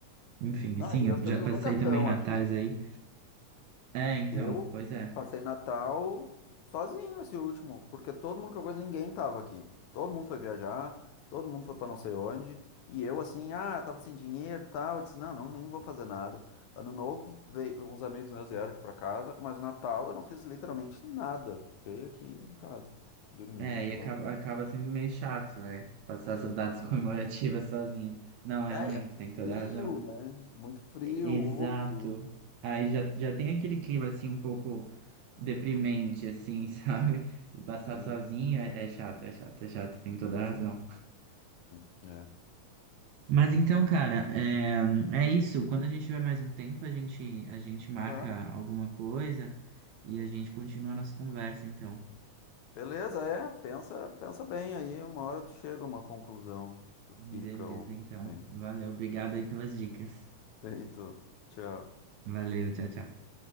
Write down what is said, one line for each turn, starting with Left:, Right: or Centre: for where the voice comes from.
Right: Enfim,
Left: Não,
Right: sim,
Left: e
Right: eu
Left: as pessoas
Right: já passei
Left: nunca estão
Right: também natais
Left: aqui.
Right: aí. É, então,
Left: Eu
Right: pois é.
Left: passei Natal sozinho esse último, porque todo mundo que eu conheço, ninguém tava aqui. Todo mundo foi viajar, todo mundo foi pra não sei onde, e eu assim, ah, tava sem dinheiro, e tal, eu disse, não, não, nem vou fazer nada. Ano novo, veio uns amigos meus vieram aqui pra casa, mas Natal eu não fiz literalmente nada. Fiquei aqui em casa, fui dormir,
Right: É,
Left: sei
Right: e acaba,
Left: lá.
Right: acaba sendo meio chato, né? Passar
Left: Sim.
Right: essas datas <laughs> comemorativas sozinha. Não, realmente,
Left: É, e é
Right: tem toda
Left: frio,
Right: a razão.
Left: né? Muito frio,
Right: E- Exato.
Left: úmido.
Right: Aí já,
Left: Então,
Right: já tem aquele clima, assim, um pouco deprimente, assim, <laughs> sabe? E passar
Left: Sim.
Right: sozinho é, é chato, é chato, é chato, tem toda a razão.
Left: Hum, É.
Right: Mas então, cara, é, é isso. Quando a gente tiver mais um tempo, a gente, a gente marca
Left: Ah,
Right: alguma coisa e a gente continua a nossa conversa, então.
Left: Beleza, é, pensa, pensa bem aí, uma hora tu chega a uma conclusão, se tu
Right: Beleza,
Left: fica ou
Right: então.
Left: bem.
Right: Valeu, obrigado aí pelas dicas.
Left: <laughs> Feito. Tchau.
Right: Valeu, tchau, tchau.